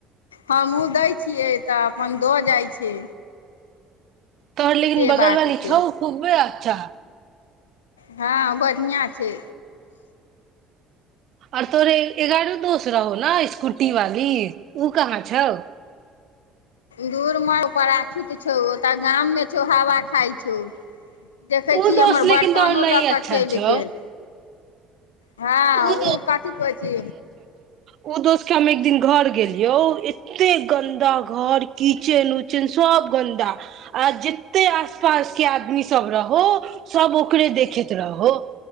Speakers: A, on the left; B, on the right.
A: हमहूँ दै छियै तऽ अपन दऽ जाइ छै
B: तोहर लेकिन
A: से
B: बगल
A: बात
B: बाली
A: छै
B: छौ खूबब अच्छा
A: हँ बढ़िआँ छै
B: अत रहैय तो एगारड़ दोस रहो न स्कूटी वाली बी ओ कहाँ छौ
A: दूर म पछूत छौ ओ तऽ गाममे छौ हवा खाइ छौ देखै
B: उ
A: छी
B: दोस्त
A: हमर
B: लेकिन
A: बर्तनो
B: तोहर नहि
A: लऽ
B: अच्छा
A: कऽ चलि
B: छौ
A: गेल हँ
B: उ
A: ओ कथी कहै छी
B: ओ दोस्त के हम एक दिन घर गेलियौ एते गन्दा घर किचेन उचेन सब गन्दा आ जते आस पास के आदमी सब रहो सब ओकरे देखैत रहो